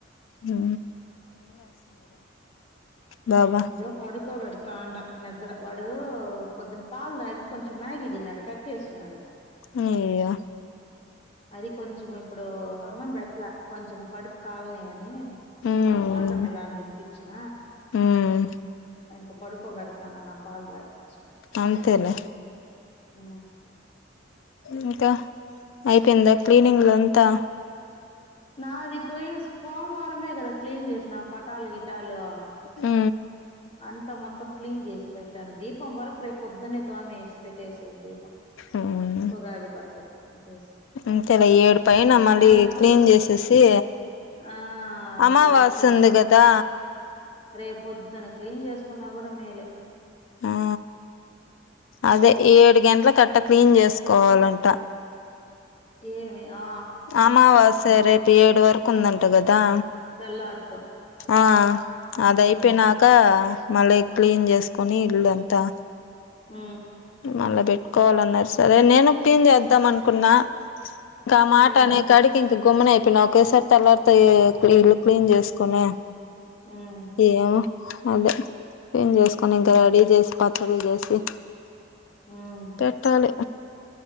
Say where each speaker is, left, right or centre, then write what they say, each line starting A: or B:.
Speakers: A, on the left; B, on the left.
A: హు బాబా
B: ఇదో పడుకో బెడతాండ. నిద్ర వాడు పొద్దున్న పాలు తాగి కొంచెం మ్యాగీ తిన్నాడు కక్కేసినాడు
A: అయ్యయ
B: అది కొన్ చెం ఇప్పుడు అన్నం పెట్ లా కొంచెం కడుపు కాలని అని
A: ఉమ్
B: వాటర్ మెలాన్ తినిపిచ్చిన.
A: ఉమ్
B: ఇంక పొడుకో బెడతాన్న నా పాలుదాపిచ్చి
A: అంతెలె
B: ఊ
A: ఇంకా అయిపోయిందా క్లీనింగ్ లో అంతా
B: నాది పోయిన సోమవారమే కదా క్లీన్ చేసిన పటాలు గిటాలు అ
A: ఊ
B: అంతా మొత్తం క్లీన్ చేసి పెట్టాను, దీపం వరకు రేపు పొద్దున్నే తోమేసి పెట్టేసి దీపం
A: ఉమ్
B: ఉగాది పచ్చడి చేసి
A: అంతేలే ఏడు పైన మళ్ళీ
B: నావి పూ
A: క్లీన్ చేసేసి
B: ఆ
A: అమావాస్య
B: రేపు పొద్దున్
A: ఉంది కదా
B: రేపొ పొద్దున క్లీన్ చేసుకున్నా కూడా మేలే
A: ఆ అదే ఏడు గంటల కట్ ట్ట క్లీన్ చేసుకోవాలంట.
B: ఏమి ఆ
A: అమావాస్య
B: అని
A: రేపు ఏడు వరక్ కున్ దంట గద్ దా‌
B: తెల్లారితో
A: ఆ అది అయిపోయినాక
B: ఉమ్
A: మలిక్ క్లీన్ చేసుకోని ఇల్లాంతా
B: ఉ
A: మళ్ళా పెట్టుకోవాలన్నారు సరే నేను పిన్ చేద్దాం అనుకున్నా ఇంకా మాట
B: ఉమ్
A: అనే కాడికి ఇంకున్ కొమ్మన అయిపోయినా ఒకేసారి తెల్లారుతే ఇల్లు క్లీన్ చేసుకొనే
B: ఉమ్
A: ఏమో అదే పిన్ చేసుకొని
B: ఉమ్
A: ఇంకా రెడీ చేసు పతుల్ జేసి
B: ఉమ్
A: పెట్టాలి